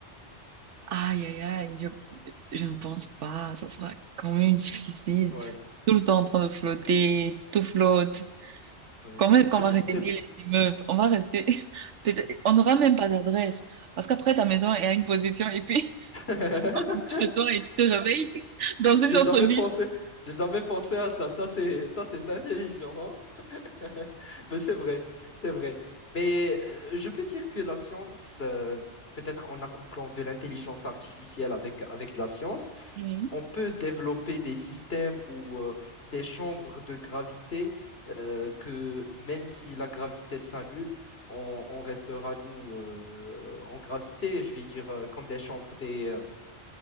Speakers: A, on the right (about 85°); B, on the left (about 60°).
A: aïe, aïe, aïe, je, je ne pense pas. Ça sera quand même difficile.
B: Ouais,
A: Tout le temps en train de flotter, tout flotte.
B: ouais.
A: Comment est-ce
B: Je
A: qu'on va
B: pense
A: retenir
B: que... le-
A: les immeubles? On va rester. <laughs> peut-être- On n'aura même pas d'adresse. Parce qu'après, ta maison est à une position et puis, <laughs>
B: <laughs>
A: on rentre chez toi et tu te réveilles dans une
B: J'ai
A: autre
B: jamais
A: ville.
B: pensé, j'ai jamais pensé à ça. Ça, c'est, ça, c'est intelligent, hein. <laughs> Mais c'est vrai, c'est vrai. Mais euh, je peux dire que la science, euh, peut-être en accouplant de l'intelligence artificielle avec, avec de la science,
A: Oui.
B: on peut développer des systèmes ou euh, des chambres de gravité euh, que même si la gravité s'annule, on, on restera, nous, euh, en gravité. Je vais dire euh, comme les chambres des, euh,